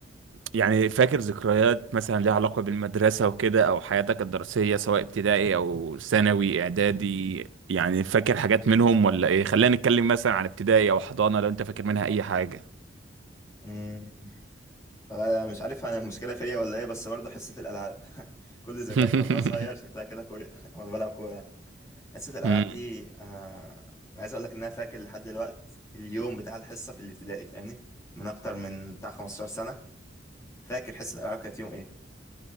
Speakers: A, on the right; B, on the left.
A: يعني فاكر ذكريات مثلا ليها علاقة بالمدرسة وكده او حياتك الدراسية سواء ابتدائي او ثانوي اعدادي يعني فاكر حاجات منهم ولا ايه خلينا نتكلم مثلا عن ابتدائي او حضانة لو انت فاكر منها اي حاجة
B: مم. أنا مش عارف انا المشكله فيا ولا ايه بس برضه حصه الالعاب <laughs> كل ذكرياتي
A: <laughs>
B: وانا صغير شكلها كده كوره <laughs> وانا بلعب كوره حصه الالعاب
A: مم.
B: دي آه... أنا عايز اقول لك ان انا فاكر لحد دلوقت اليوم بتاع الحصه في الابتدائي فاهمني من اكتر من بتاع 15 سنه فاكر حصه الالعاب كانت يوم ايه